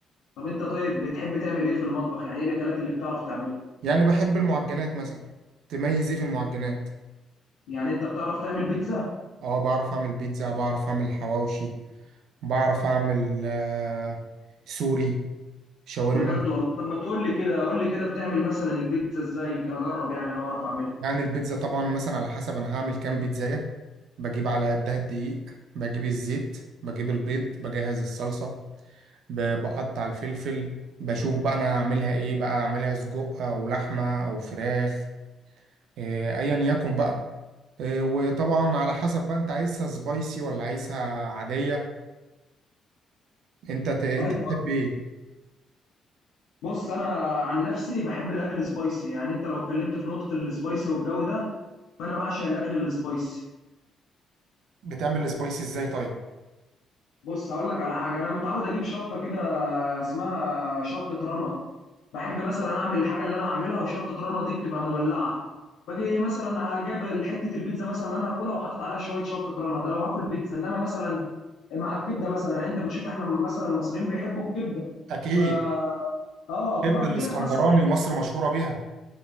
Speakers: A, on the left; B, on the right.
A: طب انت طيب بتحب تعمل ايه في المطبخ يعني ايه الاكلات اللي بتعرف تعملها
B: يعني بحب المعجنات مثلا تميز ايه في المعجنات
A: يعني انت بتعرف تعمل بيتزا
B: اه بعرف اعمل بيتزا بعرف اعمل حواوشي بعرف اعمل آه سوري شاورما
A: بجد والله طب ما تقول لي كده قول لي كده بتعمل مثلا البيتزا ازاي يمكن اجرب يعني واعرف اعملها
B: يعني البيتزا طبعا مثلا على حسب انا هعمل كام بيتزاية بجيب على قدها الدقيق بجيب الزيت بجيب البيض بجهز الصلصة ب- بقطع الفلفل بشوف بقى انا هعملها ايه بقى اعملها سجق او لحمة او فراخ إيه، ايا يكن بقى إيه، وطبعا على حسب بقى انت عايزها سبايسي ولا عايزها عادية انت ت... انت
A: ايوه
B: تحب ايه
A: بص انا عن نفسي بحب الاكل سبايسي يعني انت لو اتكلمت في نقطه السبايسي والجو ده فانا بعشق الاكل السبايسي
B: بتعمل السبايسي ازاي طيب
A: بص هقول لك على حاجه انا متعود اجيب شطه كده اسمها شطه رنا بحب مثلا اعمل الحاجه اللي انا اعملها وشطه رنا دي بتبقى مولعه باجي مثلا جايب حته البيتزا مثلا اللي انا هاكلها وحاطط عليها شويه شطه رنا ده لو هاكل بيتزا انما مثلا مع الكبده مثلا يعني انت بتشوف احنا مثلا المصريين بيحبوا الكبده
B: اكيد
A: ف اه فباجي
B: تحب الاسكندراني
A: جايب مثلا
B: مصر مشهورة بيها